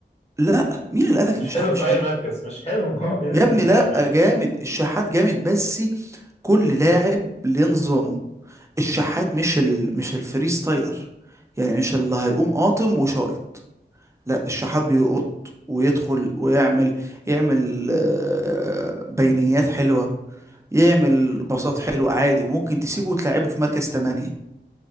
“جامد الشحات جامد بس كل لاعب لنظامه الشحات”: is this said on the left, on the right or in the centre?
Right